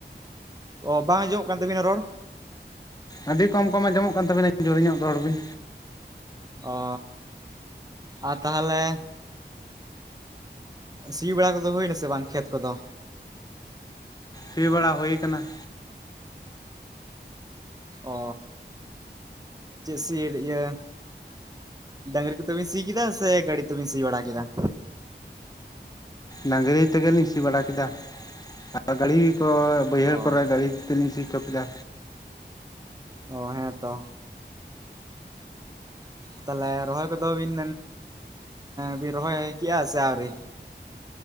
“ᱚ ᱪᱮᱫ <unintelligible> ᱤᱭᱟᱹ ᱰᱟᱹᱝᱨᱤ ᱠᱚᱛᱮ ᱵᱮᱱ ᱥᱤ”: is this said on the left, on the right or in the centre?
Right